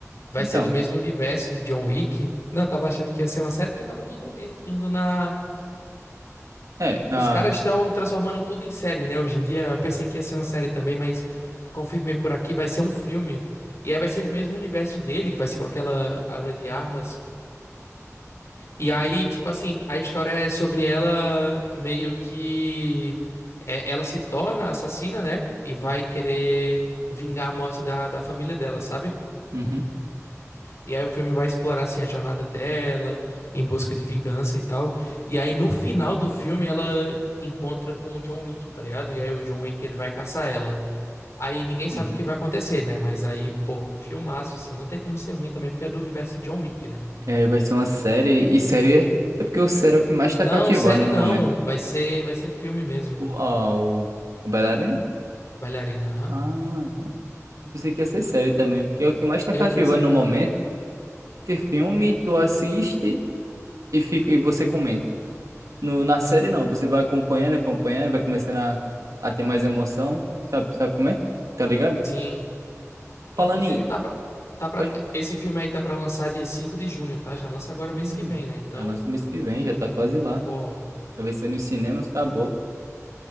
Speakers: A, on the left; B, on the right.
A: Vai
B: Então,
A: ser do mesmo universo de John Wick. Não, eu tava achando que ia ser uma série porque tava tudo in- indo na.
B: é, na.
A: Os caras estão transformando tudo em série, né? Hoje em dia, eu pensei que ia ser uma série também, mas confirmei por aqui, vai ser um filme. E aí vai ser do mesmo universo dele, que vai ser com aquela Ana de Armas. E aí, tipo assim, a história é sobre ela meio que. é, ela se torna assassina, né? E vai querer vingar a morte da, da família dela, sabe?
B: Uhum,
A: E aí o filme vai explorar, assim, a jornada dela, em busca de vingança e tal. E aí no final do filme ela encontra com o John Wick, tá ligado? E aí o John Wick ele vai caçar ela. Aí ninguém
B: uhum.
A: sabe o que vai acontecer, né? Mas aí, pô, filmaço, assim, não tem como ser ruim também, porque é do universo de John Wick, né?
B: É, vai ser uma série. E série é, é porque o série é o que mais tá
A: Não,
B: cativando
A: série
B: no
A: não.
B: momento.
A: Vai ser, vai ser filme mesmo.
B: O, a, o, a bailarina?
A: Bailarina, aham.
B: Ah, então. Eu pensei que ia ser série também. Porque é o que mais tá
A: Eu
B: cativando
A: pensei
B: no
A: também.
B: momento. Porque filme tu assiste e, fica, e você comenta. No, na série não, você vai acompanhando, acompanhando, vai começando a, a ter mais emoção, sabe, sabe como é? Tá ligado?
A: Sim.
B: Falando
A: Inclusive,
B: em,
A: tá pra, tá pra,
B: pode,
A: esse filme aí tá pra lançar dia 5 de junho, tá? Já lança agora
B: hum,
A: mês que vem, né? Então,
B: já lança mês que vem, já tá quase lá.
A: pô,
B: Vai ser nos cinemas, acabou.